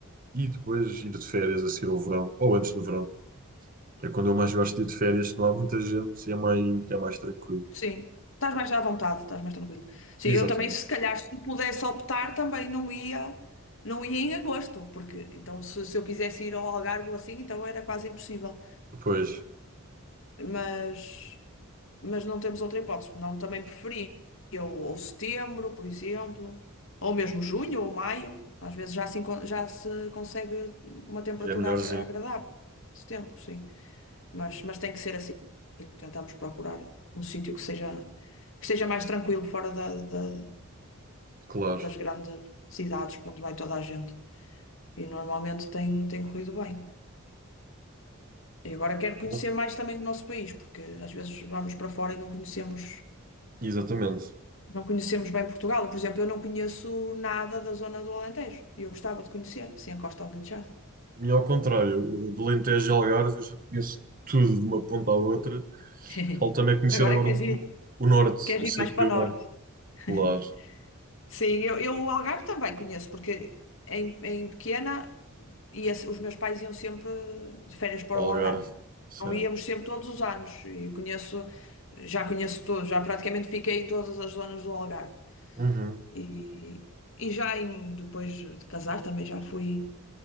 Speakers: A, on the right; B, on the left.
A: e depois ir de férias a seguir ao verão, ou antes do verão. É quando eu mais gosto de ir de férias, que não há muita gente e é mais, é mais tranquilo.
B: Sim. Estás mais à vontade, estás mais tranquilo. Sim,
A: Exatamente.
B: eu também, se calhar, se pudesse optar, também não ia, não ia em agosto, porque então se, se eu quisesse ir ao Algarve ou assim, então era quase impossível.
A: Depois,
B: mas, mas não temos outra hipótese. Não, também preferia ou, ou setembro, por exemplo, ou mesmo junho ou maio. Às vezes já se, enco- já se consegue uma temperatura
A: já é melhorzinho,
B: agra- agradável nesse tempo, sim. Mas, mas tem que ser assim. Tentamos procurar um sítio que seja, que seja mais tranquilo, fora da, da-
A: claro.
B: das grandes cidades, para onde vai toda a gente. E normalmente tem, tem corrido bem. E agora quero conhecer
A: Bom,
B: mais também o nosso país, porque às vezes vamos para fora e não conhecemos
A: Exatamente.
B: Não conhecemos bem Portugal. Por exemplo, eu não conheço nada da zona do Alentejo. E eu gostava de conhecer, assim, a Costa Alentejana.
A: E ao contrário, eu do Alentejo e Algarve eu já conheço tudo de uma ponta à outra.
B: <laughs>
A: Falta-me é conhecer
B: Agora
A: agora
B: queres
A: um pouco
B: ir,
A: o norte,
B: queres
A: o centro
B: ir mais para
A: e o
B: norte.
A: norte. Claro,
B: <laughs> Sim, eu, eu o Algarve também conheço, porque em, em pequena ia, os meus pais iam sempre de férias para
A: o
B: o Algarve.
A: Algarve, certo.
B: Não íamos sempre todos os anos. E conheço, já conheço tudo, já praticamente fiquei em todas as zonas do Algarve.
A: Uhum,
B: E, e já em, depois de casar também já fui